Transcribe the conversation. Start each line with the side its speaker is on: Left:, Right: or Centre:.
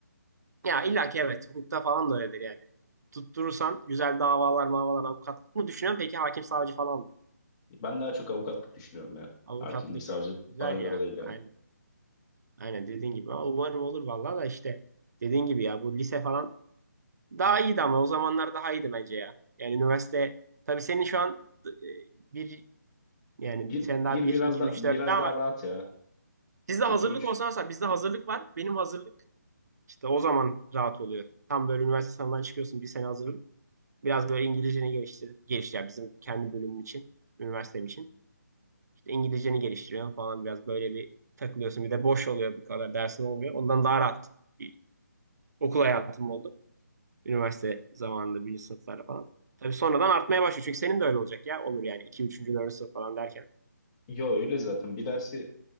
Right: Ya illa ki evet hukukta falan da öyledir yani. Tutturursan güzel davalar mavalar avukatlık mı düşünüyorsun? Peki hakim savcı falan mı?
Left: Ben daha çok avukatlık düşünüyorum yani.
Right: Avukatlık.
Left: Hakimlik, savcılık
Right: Güzel
Left: bana göre
Right: ya.
Left: değil yani.
Right: Aynen. Aynen dediğin gibi. Ama Umarım olur vallahi da işte dediğin gibi ya bu lise falan daha iyiydi ama o zamanlar daha iyiydi bence ya. Yani üniversite tabii senin şu an e, bir yani
Left: Bir,
Right: sen
Left: bir
Right: daha 1,
Left: biraz
Right: 2,
Left: da
Right: 3, 4
Left: biraz
Right: daha
Left: daha
Right: var.
Left: rahat ya.
Right: Sizde
Left: 2
Right: hazırlık
Left: 3.
Right: olsa mesela bizde hazırlık var. Benim hazırlık işte o zaman rahat oluyor. Tam böyle üniversite sınavından çıkıyorsun bir sene hazırlık. Biraz böyle İngilizceni geliştir, geliştir yani bizim kendi bölümüm için, üniversitem için. İşte İngilizceni geliştiriyorsun falan biraz böyle bir takılıyorsun. Bir de boş oluyor bir kadar dersin olmuyor. Ondan daha rahat bir okul hayatım oldu. Üniversite zamanında birinci sınıflarda falan. Tabii sonradan artmaya başlıyor. Çünkü senin de öyle olacak ya. Olur yani iki 3. 4. sınıf falan derken.
Left: Yo öyle zaten. Bir dersi